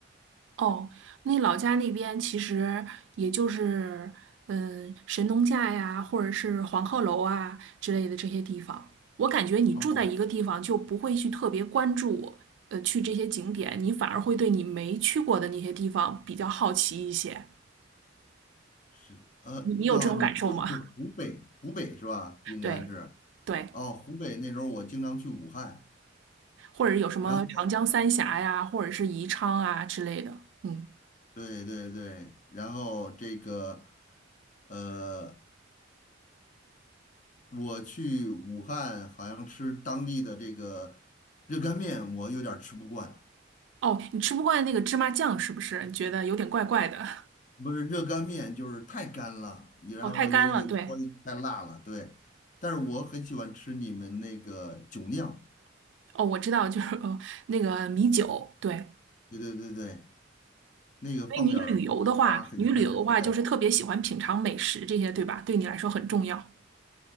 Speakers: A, on the right; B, on the left.
A: 哦，那老家那边其实也就是，嗯，神农架呀，或者是黄鹤楼啊之类的这些地方。我感觉你住在一个地方，
B: 哦，
A: 就不会去特别关注，呃，去这些景点，你反而会对你没去过的那些地方比较好奇一些。
B: 是，呃，
A: 你你有这种感受吗？
B: 那你住的是湖北，湖北是吧？
A: <laughs>
B: 应该是。
A: 对对，
B: 哦，湖北那时候我经常去武汉，
A: 或者有什么长江三峡呀，
B: 然后
A: 或者是宜昌啊之类的。嗯，
B: 对对对，然后这个，呃，我去武汉好像吃当地的这个热干面，我有点儿吃不惯。
A: 哦，你吃不惯那个芝麻酱是不是？你觉得有点怪怪的？
B: 不是热干面，就是太干了，也然后有有时候太辣了，
A: 哦，太干了，对。
B: 对。但是我很喜欢吃你们那个酒酿，
A: 哦，我知道，就是呃那个米酒，对。
B: 对对对对，那个放点儿桂花，
A: 所以你旅游的话，
B: 很香，
A: 你旅游的话就是特别喜欢品尝美食这些，
B: 很好吃。
A: 对吧？对你来说很重要。